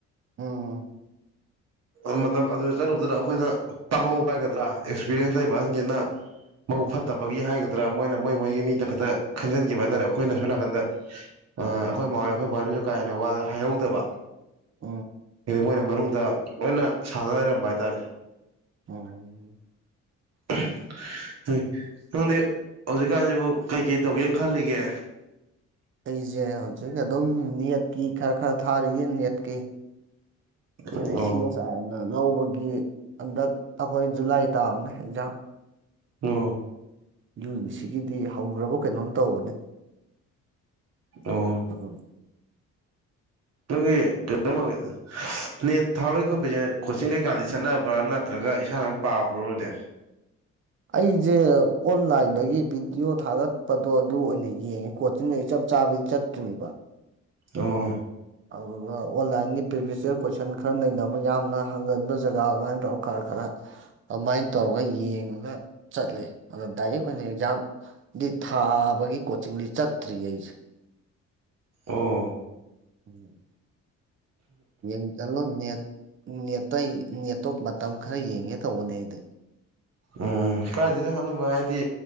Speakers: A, on the right; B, on the right.
A: ꯎꯝ
B: ꯎꯝ ꯃꯇꯝ ꯑꯗꯨꯗ ꯆꯠꯂꯨꯕꯗꯨꯅ ꯑꯩꯈꯣꯏꯗ ꯄꯪꯍꯧꯕ ꯍꯥꯏꯒꯗ꯭ꯔꯥ ꯑꯦꯛꯁꯄꯔꯤꯌꯦꯟꯁ ꯂꯩꯕ ꯑꯍꯟꯒꯩꯅ ꯃꯕꯨꯛ ꯐꯠꯇꯕꯒꯤ ꯍꯥꯏꯒꯗ꯭ꯔꯥ ꯃꯣꯏꯅ ꯃꯣꯏ ꯃꯣꯏꯒꯤ ꯃꯤꯗ ꯈꯛꯇ ꯈꯟꯖꯤꯟꯈꯤꯕ ꯍꯥꯏ ꯇꯥꯔꯦ ꯑꯩꯈꯣꯏꯅ ꯁꯣꯝ ꯅꯥꯀꯟꯗ ꯑ ꯑꯩꯈꯣꯏ ꯃꯥꯍꯣꯏ ꯑꯩꯈꯣꯏ ꯕꯥꯍꯣꯏꯗꯁꯨ ꯀꯥ ꯍꯦꯟꯅ ꯋꯥꯗꯣ ꯍꯥꯏꯍꯧꯗꯕ
A: <inaudible>
B: ꯏꯗꯤ ꯃꯣꯏꯅ ꯃꯅꯨꯡꯗ ꯂꯣꯏꯅ ꯁꯥꯟꯅ ꯂꯩꯔꯝꯕ ꯍꯥꯏꯇꯥꯔꯦ
A: ꯎꯝ
B: <unintelligible> ꯍꯩ ꯅꯪꯗꯤ ꯍꯧꯖꯤꯛꯀꯥꯟꯁꯤꯕꯨ ꯀꯩꯀꯩ ꯇꯧꯒꯦꯅ ꯈꯜꯂꯤꯒꯦ
A: ꯑꯩꯁꯦ ꯍꯧꯖꯤꯛ ꯑꯗꯨꯝ ꯅꯦꯠꯀꯤ ꯈꯔ ꯈꯔ ꯊꯥꯔꯤꯌꯦ ꯅꯦꯠꯀꯤ ꯑꯩꯈꯣꯏꯗꯤ
B: ꯑꯣ
A: ꯁꯤ ꯑꯦꯁ ꯑꯥꯔ ꯅ ꯂꯧꯕꯒꯤ ꯍꯟꯗꯛ ꯑꯩꯈꯣꯏ ꯖꯨꯂꯥꯏ ꯇꯥꯕꯅꯦ ꯑꯦꯛꯖꯥꯝ
B: ꯑꯣ
A: ꯌꯨꯖꯤꯁꯤꯒꯤꯗꯤ ꯍꯧꯒ꯭ꯔꯕ ꯀꯩꯅꯣꯝ ꯇꯧꯕꯅꯤ
B: ꯑꯣ
A: ꯑꯗꯨꯝ
B: <unintelligible> ꯅꯦꯠ ꯊꯥꯕꯩ ꯈꯣꯠꯄꯩꯁꯦ ꯀꯣꯆꯤꯡ ꯀꯩꯀꯥꯗꯤ ꯆꯠꯅꯕ꯭ꯔꯥ ꯅꯠꯇ꯭ꯔꯒ ꯏꯁꯥꯅ ꯑꯗꯨꯝ ꯄꯥꯕ꯭ꯔꯣ ꯅꯣꯏꯗꯤ
A: ꯑꯩꯁꯦ ꯑꯣꯟꯂꯥꯏꯟꯗꯒꯤ ꯚꯤꯗꯤꯑꯣ ꯊꯥꯒꯠꯄꯗꯣ ꯑꯗꯨ ꯑꯣꯏꯅ ꯌꯦꯡꯉꯤ ꯀꯣꯆꯤꯡꯗ ꯑꯩ ꯆꯞ ꯆꯥꯕꯤ ꯆꯠꯇ꯭ꯔꯤꯕ
B: ꯑꯥ
A: ꯑꯗꯨꯗꯨꯒ ꯑꯣꯟꯂꯥꯏꯟꯒꯤ ꯄ꯭ꯔꯤꯚꯤꯁꯤꯌꯔ ꯀꯣꯏꯁꯟ ꯈꯔ ꯅꯩꯅꯕ ꯌꯥꯝꯅ ꯍꯪꯒꯟꯕ ꯖꯒꯥ ꯑꯗꯨꯃꯥꯏꯅ ꯇꯧꯔ ꯈꯔ ꯈꯔ ꯑ ꯑꯃꯥꯏ ꯇꯧꯔꯒ ꯌꯦꯡꯉꯒ ꯆꯠꯂꯦ ꯑꯗꯣ ꯗꯥꯏꯔꯦꯛ ꯑꯣꯏꯅ ꯑꯦꯛꯖꯥꯝ ꯗꯤ ꯊꯥ ꯕꯒꯤ ꯀꯣꯆꯤꯡꯗꯤ ꯆꯠꯇ꯭ꯔꯤꯌꯦ ꯑꯩꯁꯦ
B: ꯑꯣ
A: ꯎꯝ ꯌꯦꯡ ꯇꯜꯂꯣ ꯅꯦꯠ ꯅꯦꯠꯇ ꯅꯦꯠꯇꯣ ꯃꯇꯝ ꯈꯔ ꯌꯦꯡꯒꯦ ꯇꯧꯕꯅꯦ ꯑꯩꯗꯤ
B: ꯎꯝ ꯀꯥꯏꯗꯦꯗ ꯑꯟꯗꯨꯝꯕ ꯍꯥꯏꯗꯤ